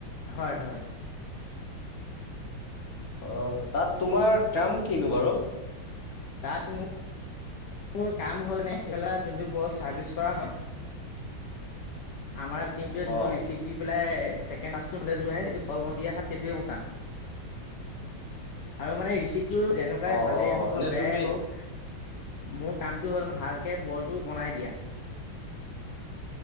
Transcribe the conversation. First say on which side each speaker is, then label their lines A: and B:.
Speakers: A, on the left; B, on the left.
A: হয়, হয়।
B: অ', তাত তোমাৰ কাম কিনো বাৰু?
A: তাত মোৰ মোৰ কাম হ'ল নে সিফাল যোনটো বল চাৰ্ভিচ কৰা হয়। আমাৰ টিমটোৱে যোনটো
B: অ
A: ৰিচিভ্ দি পেলাই ছেকেণ্ড <unintelligible> সেইটোৱে মোৰ কাম আৰু মানে ৰিচিভটো যেনেকুৱাই
B: অ
A: ভালেই
B: অ
A: হওক
B: এনে
A: বা বেয়াই
B: তুমি
A: হওক মোৰ কামটো হ'ল, ভালকে বলটো বনাই দিয়া।